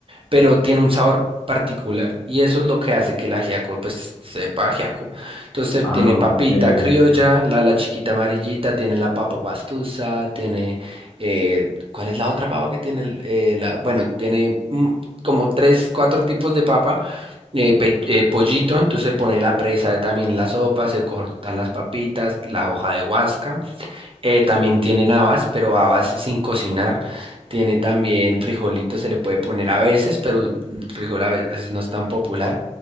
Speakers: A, on the right (about 45°); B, on the left (about 25°).
A: pero tiene un sabor particular y eso es lo que hace que el ajiaco pues sepa ajiaco. Entonces
B: Ah,
A: tiene papita
B: ok.
A: criolla,
B: ok.
A: la, la chiquita amarillita, tiene la papa pastusa, tiene eh, ¿cuál es la otra papa que tiene? el- eh, la, bueno, tiene mm, como tres, cuatro tipos de papa, eh, pe- eh, pollito, entonces se pone la presa, también la sopa, se cortan las papitas, la hoja de guasca. Eh, también tienen habas, pero habas sin cocinar. Tiene también frijolitos, se le puede poner a veces, pero el frijol a veces no es tan popular.